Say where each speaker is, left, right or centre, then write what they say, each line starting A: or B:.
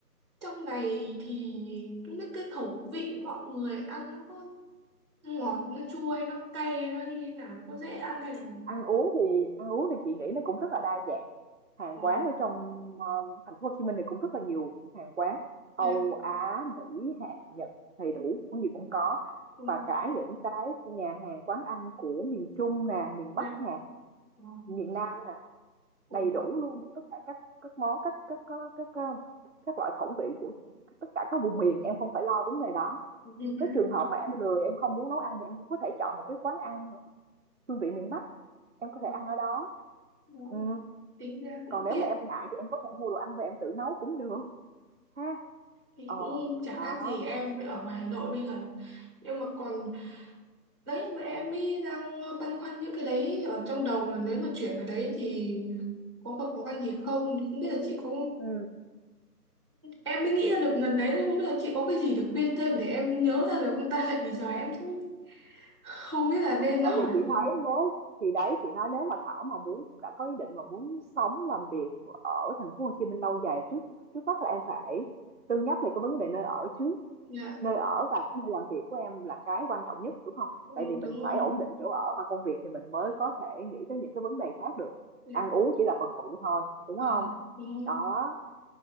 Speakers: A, on the right; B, on the right.
A: trong này thì không biết cái khẩu vị mọi người ăn nó có ngọt nó chua hay nó cay nó như thế nào nó có dễ ăn hay là
B: Ăn uống thì ăn uống thì chị nghĩ nó cũng rất là đa dạng. Hàng
A: ờ
B: quán ở trong ờ, thành phố Hồ Chí Minh thì cũng rất là nhiều hàng quán Âu,
A: dạ
B: Á, Mỹ, Hàn, Nhật đầy đủ, món gì cũng có.
A: ừ
B: Và cả những cái nhà hàng quán ăn của miền Trung nè, miền
A: dạ
B: Bắc nè,
A: ờ
B: miền Nam nè,
A: ờ
B: đầy đủ luôn tất cả các các món các các các các các, các loại khẩu vị của tất cả các vùng miền em không phải lo vấn đề đó
A: <laughs>
B: nếu trường hợp mà em lười em không muốn nấu ăn thì em cũng có thể chọn một cái quán ăn hương vị miền Bắc em có thể
A: Ừ,
B: ăn ở đó
A: đó.
B: ừ,
A: Tính ra cũng
B: còn nếu
A: tiện
B: mà em ngại thì em có thể mua đồ ăn về em tự nấu cũng được ha
A: thì
B: ờ
A: cũng chả
B: đó
A: khác gì em ở ngoài Hà Nội bây giờ nhưng mà còn đấy mà em mới đang băn khoăn những cái đấy ở trong đầu là nếu mà chuyển vào đấy thì có gặp khó khăn gì không không biết là chị có
B: Ừ.
A: Em mới nghĩ ra được lần đấy không biết là chị có cái gì để khuyên thêm để em nhớ ra được ông ta tại vì giờ em cũng không biết là nên
B: tại
A: hỏi
B: vì chị thấy nếu thì đấy chị nói nếu mà Thảo mà muốn đã có ý định mà muốn sống làm việc ở thành phố Hồ Chí Minh lâu dài trước trước mắt là em phải cân nhắc về cái vấn đề nơi ở trước
A: dạ
B: nơi ở và cái nơi làm việc của em là cái quan trọng nhất đúng không
A: ừ,
B: tại vì mình
A: đúng rồi
B: phải ổn định chỗ ở và công việc thì mình mới có thể nghĩ tới những cái vấn đề khác được
A: dạ
B: ăn uống chỉ là phần phụ thôi đúng
A: ờ
B: không
A: đúng rồi
B: đó
A: <laughs>